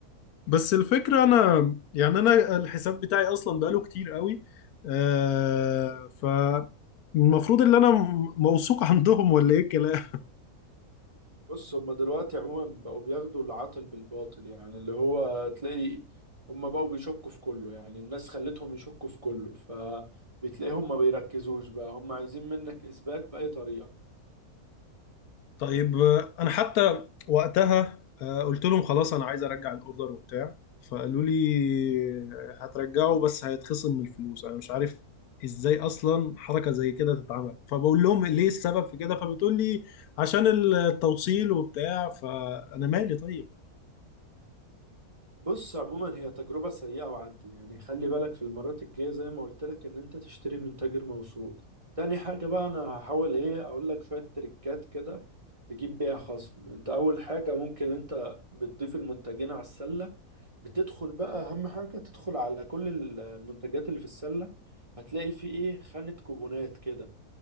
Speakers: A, on the left; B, on the right.
A: بس الفكرة انا يعني انا الحساب بتاعي اصلا بقاله كتير قوي آه فالمفروض ان انا م- موثوق عندهم ولا ايه الكلام
B: بص هما دلوقتي عموما بقوا بياخدوا العاطل بالباطل يعني اللي هو تلاقي هما بقوا بيشكوا في كله يعني الناس خلتهم يشكوا في كله فبتلاقيهم ما بيركزوش بقى هما عايزين منك إثبات بأي طريقة
A: طيب آه، انا حتى وقتها آه، قلت لهم خلاص انا عايز ارجع الاوردر وبتاع فقالوا لي آه، هترجعه بس هيتخصم من الفلوس انا مش عارف ازاي اصلا حركه زي كده تتعمل فبقول لهم ليه السبب في كده فبتقول لي عشان التوصيل وبتاع فانا مالي طيب
B: بص عموما هي تجربة سيئة وعدت يعني خلي بالك في المرات الجاية زي ما قلت لك ان انت تشتري من تاجر موثوق تاني حاجة بقى انا هحاول ايه اقول لك شوية تريكات كده تجيب بيها خصم انت اول حاجة ممكن انت بتضيف المنتجين على السلة بتدخل بقى اهم حاجة تدخل على كل ال- المنتجات اللي في السلة هتلاقي في ايه خانة كوبونات كده